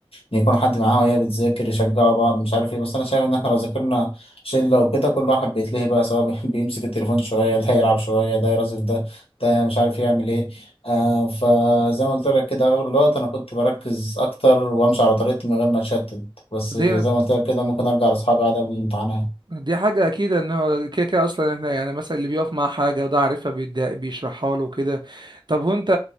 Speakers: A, on the left; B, on the right.
A: إن يكون حد معاها وهي بتذاكر يشجعوا بعض مش عارف ايه بس انا شايف ان احنا لو ذاكرنا شلة وكده كل واحد بيتلهي بقى سواء بي- <laughs> بيمسك التليفون شوية ده يلعب شوية ده يرازف ده ده مش عارف يعمل ايه آه فزي ما قلت لك كده أغلب الوقت أنا كنت بركز أكتر وأمشي على طريقتي من غير ما أتشتت بس
B: دي
A: زي ما قلت لك كده ممكن أرجع لأصحابي عادي قبل الامتحانات
B: دي حاجة أكيد إن هو كده كده أصلا إحنا يعني مثلا اللي بيقف مع حاجة وده عارفها بيدا- بيشرحها له وكده طب هو أنت